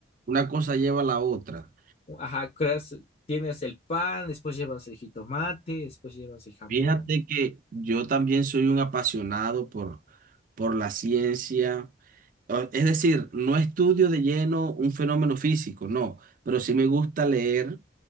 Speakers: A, on the right; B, on the left.
A: una cosa lleva a la otra.
B: Ajá, creas, tienes el pan, después llevas el jitomate, después llevas el jamón.
A: Fíjate que yo también soy un apasionado por, por la ciencia. O- Es decir, no estudio de lleno un fenómeno físico, no, pero sí me gusta leer